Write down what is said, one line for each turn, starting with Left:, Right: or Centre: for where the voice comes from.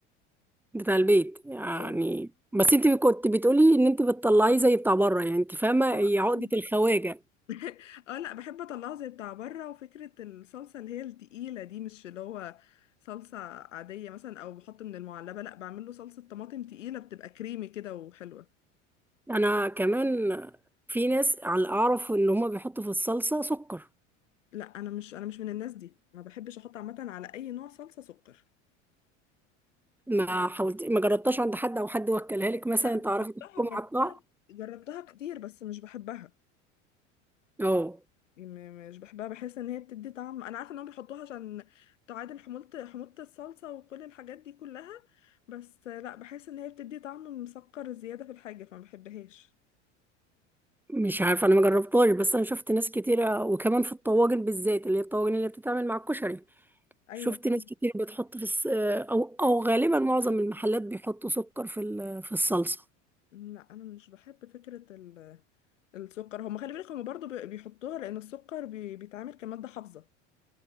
Centre: بتاع البيت يعني
Left: اه
Centre: بس انت كنت بتقولي ان انت بتطلعيه زي بتاع بره يعني انت فاهمه
Left: <laughs> اه آه،
Centre: هي عقده
Left: بط-
Centre: الخواجه
Left: <laughs> اه لا بحب اطلعه زي بتاع بره وفكره الصلصه اللي هي التقيله دي مش اللي هو صلصه عاديه مثلا او بحط من المعلبه لا بعمل له صلصه طماطم تقيله بتبقى كريمي كده وحلوه
Centre: انا كمان في ناس على اعرف ان هما بيحطوا في الصلصه سكر
Left: لا انا مش انا مش من الناس دي ما بحبش احط عامه على اي نوع صلصه سكر
Centre: ما حاولت ما جربتهاش عند حد او حد وكلها لك مثلا
Left: لا جربتها
Centre: تعرفي تحكمي
Left: جربتها
Centre: على الطعم
Left: جربتها كتير بس مش بحبها
Centre: اه
Left: يعني م- مش بحبها بحس ان هي بتدي طعم انا عارفه انهم بيحطوها عشان تعادل حموضه حموضه الصلصه وكل الحاجات دي كلها بس لا بحس ان هي بتدي طعم مسكر زياده في الحاجه فما بحبهاش
Centre: مش عارف انا ما جربتهاش بس انا شفت ناس كتيرة وكمان في الطواجن بالذات اللي هي الطواجن اللي بتتعمل مع الكشري
Left: ايوه
Centre: شفت
Left: فاهمة.
Centre: ناس كتير بتحط في الس... او او غالبا معظم المحلات بيحطوا سكر في ال... في الصلصة
Left: لا انا مش بحب فكره ال- السكر هم خلي بالك هم برضو بي- بيحطوها لان السكر بي- بيتعامل كماده حافظه